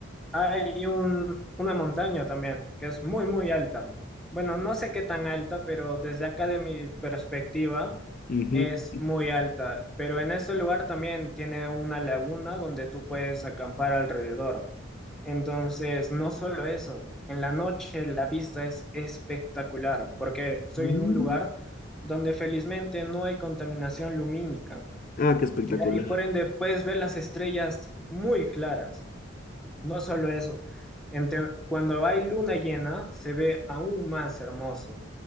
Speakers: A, in the centre; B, on the left.
A: Hay un, una montaña también que es muy, muy alta. Bueno, no sé qué tan alta, pero desde acá de mi perspectiva
B: Ujú.
A: es muy alta. Pero en ese lugar también tiene una laguna donde tú puedes acampar alrededor. Entonces, no solo eso, en la noche la vista es espectacular porque estoy
B: Mm,
A: en un lugar donde felizmente no hay contaminación lumínica
B: Ah, qué espectacular.
A: ¿ya? y por ende puedes ver las estrellas muy claras. No solo eso, entre- cuando hay luna llena se ve aún más hermoso.